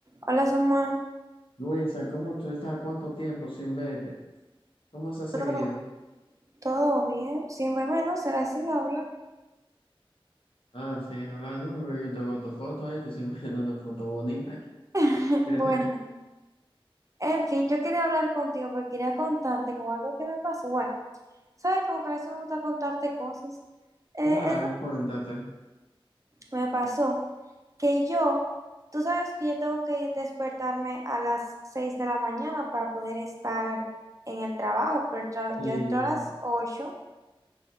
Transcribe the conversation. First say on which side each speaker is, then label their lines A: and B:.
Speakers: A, on the right; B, on the left.
A: Hola Samuel,
B: Luisa, ¿cómo tú estás? ¿Cuánto tiempo sin verte? ¿Cómo se ha seguido?
A: ¿todo, todo bien? Sin verme no será sin hablar.
B: Ah, sí, hablando, porque yo tengo tu foto ahí, te estoy <laughs> mandando una foto bonita.
A: <laughs>
B: <laughs>
A: Bueno, en fin, yo quería hablar contigo porque quería contarte con algo que me pasó. Bueno, sabes como que a veces me gusta contarte cosas. Eh,
B: Claro,
A: eso
B: cuéntate.
A: me pasó que yo, tú sabes que yo tengo que despertarme a las 6 de la mañana para poder estar en el trabajo, pero el tra-
B: Sí,
A: yo entro a las 8